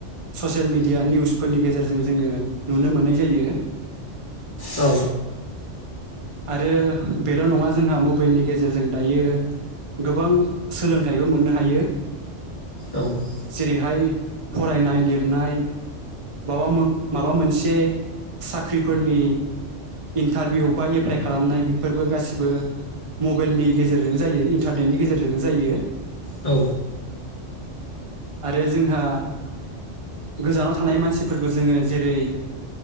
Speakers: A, on the right; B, on the left.
A: ससियेल मिडिया निउसफोरनि गेजेरजों जोंङो नुनो मोननाय जायो
B: औ
A: आरो बेल' नंङा जोंहा मबाइलनि गेजेरजों दायो गोबां सोलोंथाइबो मोननो हायो
B: औ
A: जेरैहाय फरायनाय लिरनाय बाबा माबा मोनसे साख्रिफोरनि इन्टारभिउ बा एप्लाइ खालामनाय बेफोरबो गासिबो मबाइलनि गेजेरजों जायो इन्टारनेटनि गेजेरजों जायो
B: औ
A: आरो जोंहा गोजानाव थानाय मानसिफोरखौ जोंङो जेरै